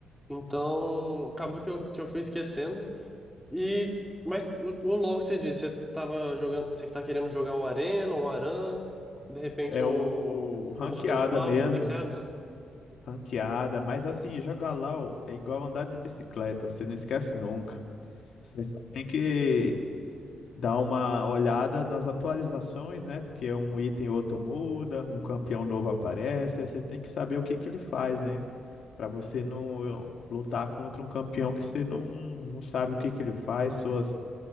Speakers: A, in the centre; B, on the left.
A: Então, acabou que eu, que eu fui esquecendo. E, mas o, o LoL que você disse, você tava jogando, você que tá querendo jogar um Arena, um Aran, de repente
B: É
A: um,
B: o, o ranqueada
A: um modo normal,
B: mesmo,
A: ranqueado?
B: ranqueada, mas assim, jogar LOL é igual andar de bicicleta, você não esquece nunca. Você só tem que dar uma olhada nas atualizações, né? Porque um item ou outro muda, um campeão novo aparece, aí você tem que saber o que que ele faz, né? para você não lutar contra um campeão que você não, não sabe o que que ele faz, suas,